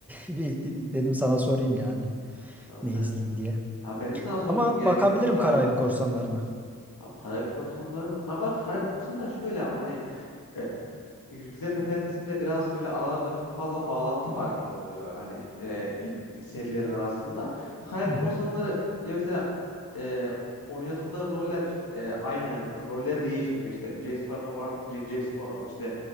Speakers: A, in the centre; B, on the left (about 80°).
A: e, <laughs> bir dedim sana sorayım yani
B: Ya
A: ne
B: sen
A: izleyeyim diye.
B: ya benim sana sormam
A: Ama
B: gerekiyormuş
A: bakabilirim
B: daha
A: Karayip
B: çok.
A: Korsanları'na.
B: Abi Karayip Korsanları bak. Ha bak Karayip Korsanları şöyle ama hani e, E, Yüzüklerin Efendisi'nde biraz böyle aralarında çok fazla bağlantı var gibi oluyor hani e, bir, bir serilerin arasında. Kayıp
A: Hı hı.
B: Korsanları yine mesela e, oynadıkları roller e, aynı yani roller değişmiyor. İşte Jack Sparrow var, Jack, Jack Sparrow işte